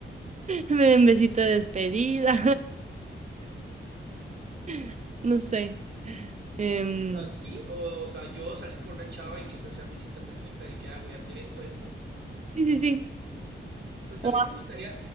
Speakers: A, on the right; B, on the right.
A: me den besito de despedida, <laughs> no sé. Em,
B: O sea, sí, o, o sea, yo salir con una chava y que esa sea mi cita perfecta de que, ah, güey, hacer esto, esto.
A: sí, sí, sí.
B: Pues también
A: O,
B: me gustaría